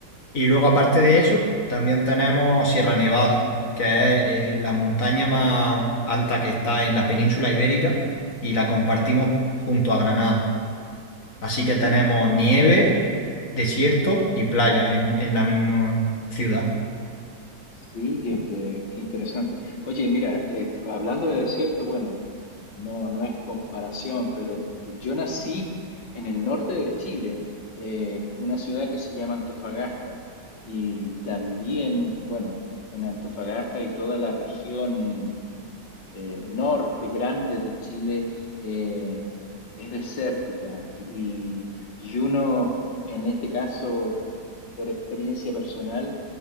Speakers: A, on the left; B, on the left.
A: y luego, aparte de eso, también tenemos Sierra Nevada, que es eh, la montaña más alta que está en la península ibérica y la compartimos junto a Granada. Así
B: Y,
A: que tenemos
B: y- y-
A: nieve, desierto y playa en, en la misma ciudad.
B: sí, qué, qué- qué interesante. Oye, mira, te- hablando de desierto, bueno, no, no es comparación, pero yo nací en el norte de Chile, eh, una ciudad que se llama Antofagasta. Y también, bueno, en Antofagasta y toda la región. eh, norte grande de Chile eh, es desértica y, y uno, en este caso, por experiencia personal,